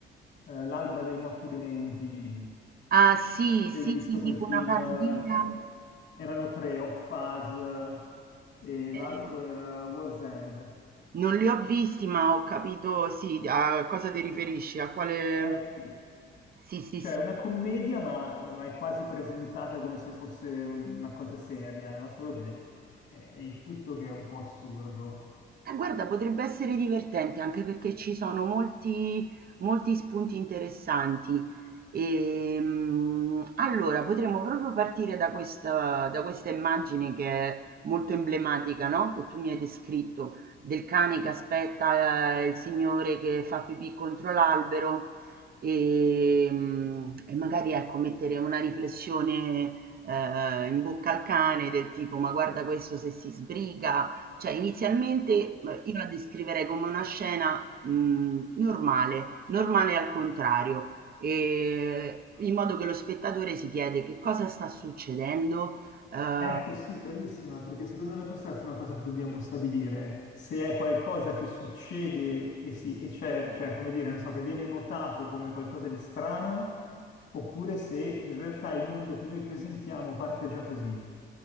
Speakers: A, on the left (about 75°); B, on the right (about 50°).
A: eh, L'alba dei morti dementi, Mm.
B: Ah sì,
A: hai
B: sì,
A: visto
B: sì, tipo
A: quei film?
B: una parodia.
A: eh, erano tre, Hot Fuzz eh, e
B: Eh,
A: l'altro era World's End.
B: non li ho visti, ma ho capito, sì, a cosa ti riferisci, a quale...
A: Eh, capito?
B: Sì, sì,
A: cioè
B: sì.
A: una commedia ma, eh, ma è quasi presentata come se fosse un- una cosa seria, no? Solo che è, è il tutto che è un po' assurdo.
B: Eh, guarda, potrebbe essere divertente anche perché ci sono molti, molti spunti interessanti. Ehm, allora, potremmo proprio partire da questa, da questa immagine che è molto emblematica, no? Che tu mi hai descritto, del cane che aspetta, eh, il signore che fa pipì contro l'albero. Ehm, e magari ecco, mettere una riflessione, ehm, in bocca al cane del tipo: "Ma guarda questo se si sbriga". Cioè inizialmente, uhm, io la descriverei come una scena, mhmm, normale, normale al contrario, ehm, in modo che lo spettatore si chiede: "Che cosa sta succedendo?" Uhm
A: Ecco, sì, bravissima, perché secondo me questa è la prima cosa che dobbiamo stabilire. Se è qualcosa che succede e, si, e c'è, cioè, come dire, non so, che viene notato come qualcosa di strano, oppure se in realtà il mondo che noi presentiamo parte già così.